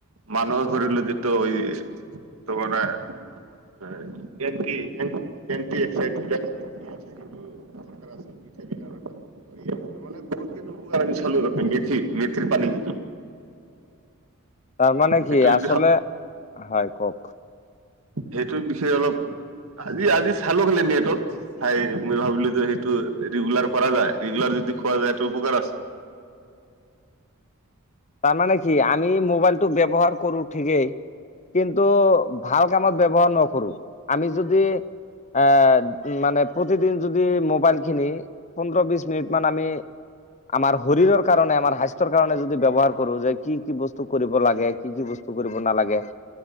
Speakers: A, on the right; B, on the left.
A: মানুহৰ
B: আচ্ছা
A: শৰীৰলৈ যিটো এই মানে। <unintelligible> <unintelligible> <unintelligible> মেথি মেথিৰ পানী।
B: তাৰমানে
A: সেইটো
B: কি? আচলে,
A: যদি
B: হয় কওক।
A: সেইটো বিষয়ে অলপ আজি আজি চালো হলে নেটট। খাই মই ভাবিলো যে সেইটো ৰেগুলাৰ কৰা যায়, ৰেগুলাৰ যদি খোৱা যায় এটো উপকাৰ আছে।
B: তাৰমানে কি আমি মোবাইলটো ব্যৱহাৰ কৰো ঠিকেই। কিন্তু ভাল কামত ব্যৱহাৰ নকৰো, আমি যদি। এ' মানে প্ৰতিদিন যদি মোবাইলখিনি। পোন্ধৰ বিশ মিনিট মান আমি আমাৰ শৰীৰৰ কাৰণে আমাৰ হাই। কাৰণে যদি ব্যৱহাৰ কৰো যে কি কি বস্তু কৰিব লাগে, কি কি বস্তু কৰিব নালাগে।